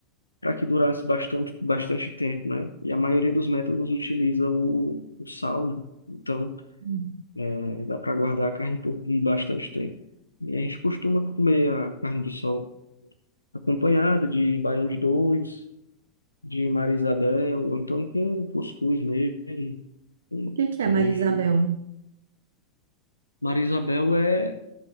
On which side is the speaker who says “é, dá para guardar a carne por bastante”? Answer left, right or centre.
Left